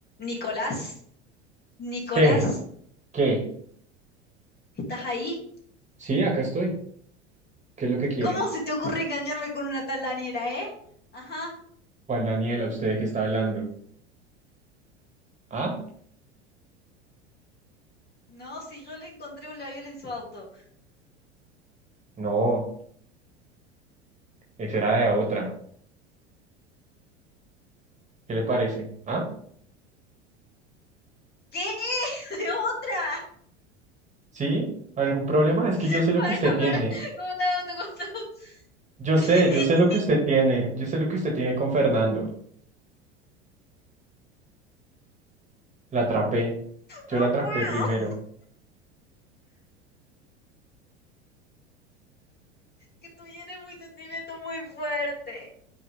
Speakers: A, on the left; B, on the right.
A: Nicolás, Nicolás,
B: ¿Qué? ¿Qué?
A: ¿estás ahí?
B: Sí, acá estoy. ¿Qué es lo que quiere?
A: ¿Cómo se te ocurre engañarme con una tal Daniela, eh? Ajá.
B: ¿Cuál Daniela, usted que está hablando? ¿Ah?
A: No, si yo le encontré un labial en su auto.
B: No, esa era de otra. ¿Qué le parece? ¿Ah?
A: ¿Qué? <laughs> ¿De otra?
B: ¿Sí? ¿Algún problema? Es que
A: <laughs>
B: yo sé lo
A: Para,
B: que usted tiene.
A: para. ¿Cómo está auto? ¿Cómo está auto?
B: Yo
A: <laughs>
B: sé, yo sé lo que usted tiene. Yo sé lo que usted tiene con Fernando. La atrapé. Yo
A: No
B: la atrapé
A: puedo.
B: primero.
A: Que tú eres muy sentimiento muy fuerte.